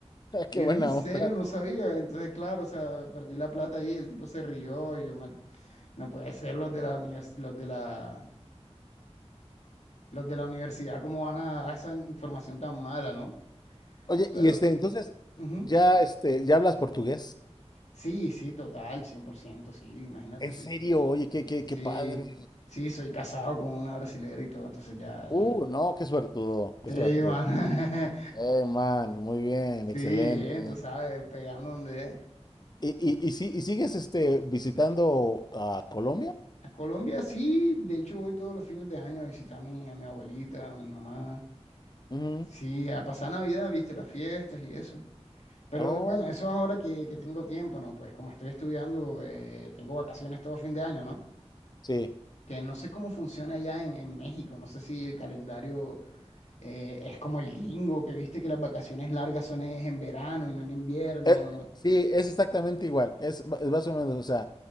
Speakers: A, on the left (about 40°); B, on the left (about 80°).
A: <laughs>
B: Yo
A: qué buena
B: en serio
A: onda.
B: no sabía, entonces claro, o sea, perdí la plata ahí, el tipo se rió, y yo mal, no puede ser los de la univers- los de la, los de la universidad, cómo van a dar esa información tan mala, ¿no?
A: Oye,
B: Pero,
A: y este, entonces,
B: ujú.
A: ya, este, ya hablas portugués.
B: Sí, sí, total, 100% sí, imagínate,
A: En
B: soy,
A: serio, oye, qué, qué,
B: sí,
A: qué padre.
B: sí, soy casado con una brasilera y todo, entonces ya, ya,
A: Uh, no, qué suertudo, qué
B: sí,
A: suertudo.
B: mano, <laughs>
A: Eh, man, muy bien,
B: sí,
A: excelente.
B: bien, tú sabes, pegando donde es.
A: ¿Y, y, y, si- y sigues, este, visitando a Colombia?
B: A Colombia sí, de hecho voy todos los fines de año a visitar a mi, a mi abuelita, a mi mamá.
A: Ujú.
B: Sí, a pasar Navidad, viste, las fiestas y eso. Pero
A: Oh,
B: bueno, eso es ahora que, que tengo tiempo, ¿no? Pues como estoy estudiando, eh, tengo vacaciones todo fin de año, ¿no?
A: sí.
B: Que no sé cómo funciona allá en, en México, no sé si el calendario eh, es como el gringo, que viste que las vacaciones largas son es en verano y no en invierno,
A: Eh,
B: ¿no?
A: sí, es exactamente igual. Es, ma- es más o menos, o sea,